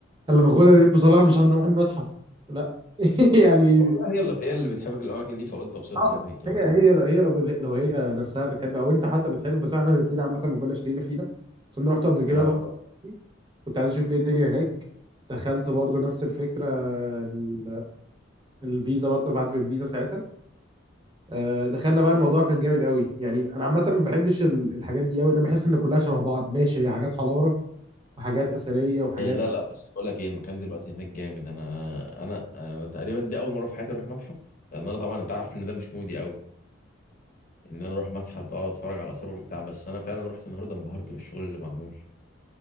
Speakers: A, on the right (about 25°); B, on the left (about 40°).
A: أنا اللي باخدها دي بصراحه مش هنروح المتحف لا <laughs> يعني
B: والله هي اللي هي اللي بتحب الأماكن دي فقلت أبسطها
A: آه،
B: هناك يعني
A: هي هي هي لو لو هي نفسها بتحب او انت حتى بتحب بس احنا الاثنين عامه ما كناش لينا فينا بس انا رحت قبل كده
B: آه
A: انا
B: آه.
A: وأختي، كنت عايز اشوف ايه الدنيا هناك دخلت برضه نفس الفكره ال- الفيزا برضه بعت في الفيزا ساعتها آه، دخلنا بقى الموضوع كان جامد قوي يعني انا عامه ما بحبش ال- الحاجات دي قوي لان أنا بحس ان كلها شبه بعض ماشي هي حاجات حضاره وحاجات اثريه وحاجات
B: إيه لا لا بس بقول لك إيه المكان دلوقتي هناك جامد أنا أنا آه، تقريبا دي أول مرة في حياتي أروح متحف لأن أنا طبعا أنت عارف إن ده مش مودي أوي ان انا اروح متحف بقى اقعد اتفرج على اثار وبتاع بس انا فعلا رحت النهارده انبهرت من الشغل اللي معمول